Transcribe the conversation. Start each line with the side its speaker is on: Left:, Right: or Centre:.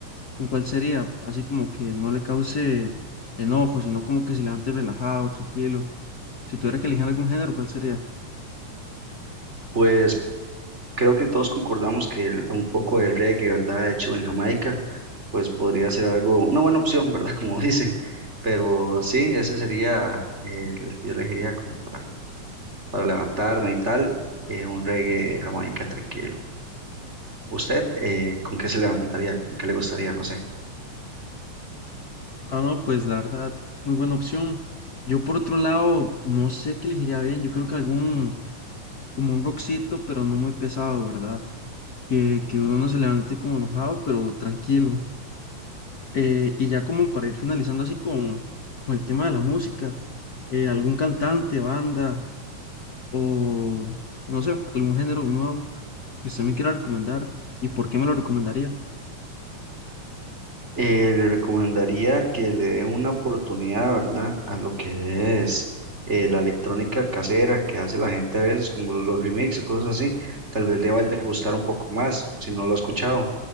Left: ¿con cuál sería? Así como que no le cause enojo, sino como que se levante relajado, tranquilo. Si tuviera que elegir algún género, ¿cuál sería?
Right: Pues creo que todos concordamos que el- un poco de reggae, ¿verdad? Hecho en Jamaica, pues podría ser algo, una buena opción, ¿verdad? <laughs> Como dicen. Pero sí, ese sería eh, el que yo elegiría como para, para levantarme y tal, eh, un reggae de Jamaica tranquilo. ¿Usted eh, con qué se levantaría? ¿Con qué le gustaría? No sé.
Left: Ah, no, pues la verdad, muy buena opción. Yo por otro lado, no sé qué elegiría bien. Yo creo que algún como un rockcito, pero no muy pesado, ¿verdad? Que, que uno no se levante como enojado, pero tranquilo. Eh, y ya como para ir finalizando así con, con el tema de la música, eh, algún cantante, banda o no sé, algún género nuevo que usted me quiera recomendar y por qué me lo recomendaría.
Right: Eh, le recomendaría que le dé una oportunidad, ¿verdad? A lo que es eh, la electrónica casera que hace la gente a veces, como los remixes o cosas así. Tal vez le vaya a gustar un poco más, si no lo ha escuchado,